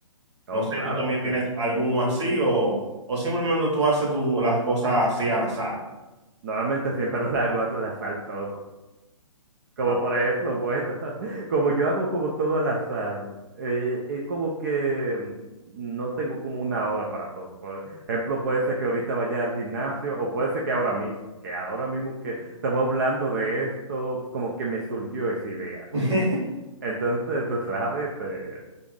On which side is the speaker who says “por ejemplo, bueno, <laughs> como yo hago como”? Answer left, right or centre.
Right